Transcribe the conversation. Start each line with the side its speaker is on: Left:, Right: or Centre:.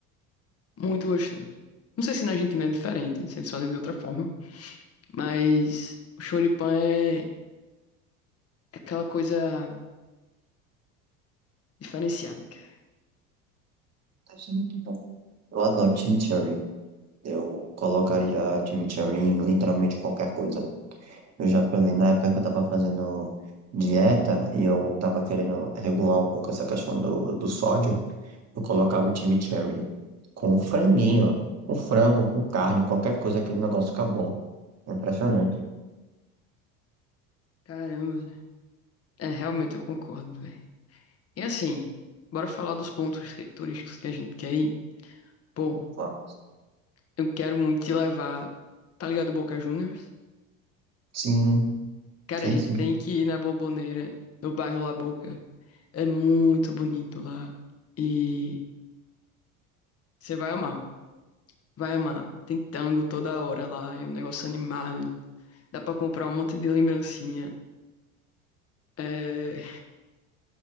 Left: Muito gostoso. Não sei se na Argentina é diferente, se eles fazem de outra forma, mas o choripã é é aquela coisa diferenciada, cara.
Right: Deve muito bom. Eu adoro chimichurri. Eu colocaria chimichurri em literalmente qualquer coisa. Eu já provei na época que eu tava fazendo dieta e eu tava querendo regular um pouco essa questão do, do sódio, eu colocava o chimichurri com um franguinho, com frango, com carne, qualquer coisa, aquele negócio acabou É Impressionante.
Left: Caramba, né? É, realmente eu concordo, velho. E assim, bora falar dos pontos que- turísticos que a gente quer ir. Pô,
Right: Ó,
Left: eu quero muito te levar, tá ligado, Boca Juniors?
Right: Sim,
Left: Cara,
Right: sei
Left: a gente
Right: sim,
Left: tem que ir na Bomboneira, no bairro La Boca. É muito bonito lá. E você vai amar, vai amar. Tem tango toda hora lá, é um negócio animado. Dá pra comprar um monte de lembrancinha. É,